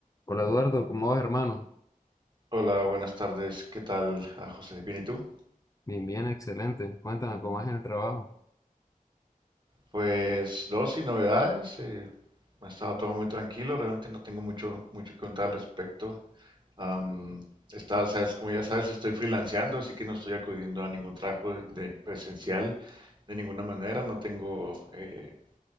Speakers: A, on the left (about 25°); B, on the right (about 30°).
A: Hola Eduardo, ¿cómo vas, hermano?
B: Hola, buenas tardes. ¿Qué tal, ah, José? ¿Bien y tú?
A: Bien, bien, excelente. Cuéntame cómo es en el trabajo.
B: Pues dos y novedades. eh, ha estado todo muy tranquilo. Realmente no tengo mucho mucho que contar al respecto. Am, está- sabes, como ya sabes, estoy freelanceando, así que no estoy acudiendo a ningún trabajo de, de presencial de ninguna manera. No tengo, eh,